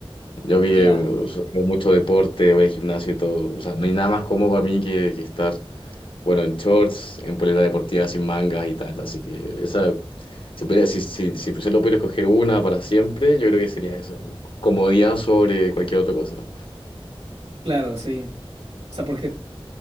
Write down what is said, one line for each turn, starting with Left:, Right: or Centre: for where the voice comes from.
Left: Yo que
Right: Ya.
Left: veo mucho deporte, voy al gimnasio y todo. O sea, no hay nada más cómodo para mí que, que estar, bueno, en shorts, en polera deportiva sin mangas y tal. Así que esa, si, pudiera- si, si, si solo pudiera escoger una para siempre, yo creo que sería eso. Comodidad sobre cualquier otra cosa.
Right: Claro, sí. O sea, porque